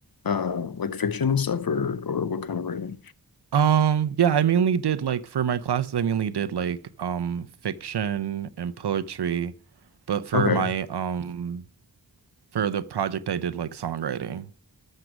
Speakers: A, on the left; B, on the right.
A: uh like fiction and stuff or or what kind of writing?
B: Um, yeah, I mainly did like for my classes, I mainly did like um fiction and poetry, but for
A: Okay.
B: my um for the project I did like songwriting.